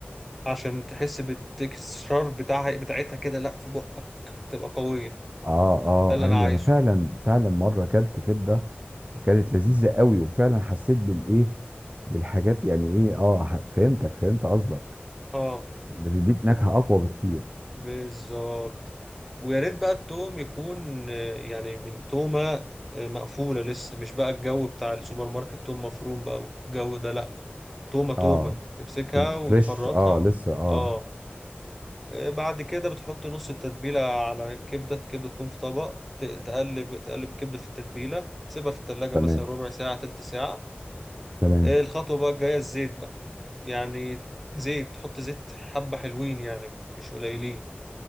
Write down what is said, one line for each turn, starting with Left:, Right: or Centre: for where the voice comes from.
Centre: عشان تحس بالتكستشر بتاعها بتاعتها كده لا في بقك تبقى قوية
Right: اه اه
Centre: ده اللي انا
Right: ايوه
Centre: عايزه
Right: انا فعلا فعلا مره اكلت كبده وكانت لذيذه قوي وفعلا حسيت بالايه بالحاجات يعني ايه اه ح- فهمتك فهمت قصدك
Centre: اه
Right: بتديك نكهه اقوى بكتير
Centre: بالظبط ويا ريت بقى التوم يكون آه، يعني من تومة آه، مقفولة لسه مش بقى الجو بتاع السوبر ماركت توم مفروم بقى والجو ده لأ تومة تومة
Right: اه
Centre: تمسكها
Right: طب
Centre: وتفرطها
Right: فريش اه
Centre: و...
Right: لسه اه
Centre: اه آه، بعد كده بتحط نص التتبيلة على الكبدة الكبدة تكون في طبق ت- تقلب تقلب الكبدة في التتبيلة تسيبها في التلاجة
Right: تمام
Centre: مثلا ربع ساعة تلت ساعة
Right: تمام
Centre: آه، الخطوة بقى الجاية الزيت بقى يعني زيت تحط زيت حبة حلوين يعني مش قليلين